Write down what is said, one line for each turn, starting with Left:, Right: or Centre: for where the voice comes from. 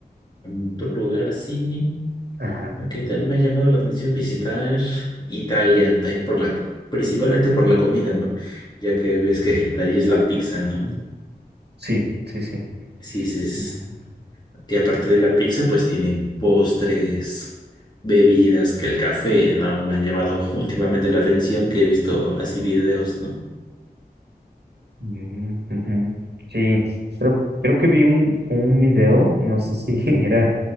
Left: Mm, Otro lugar así,
Right: Ajá,
Left: aunque también me ha llamado la atención visitar Italia, también por la, principalmente por la comida, ¿no? Ya que ves que de ahí es la pizza, ¿no?
Right: sí, sí, sí.
Left: Sí, sí, es,
Right: Mm,
Left: y aparte de la pizza, pues tienen postres, bebidas, que el café, ¿no? Me han llamado <laughs> últimamente la atención que he visto así videos, ¿no?
Right: mm, ujú. Sí, creo, creo que vi un, un video, no sé si <laughs> era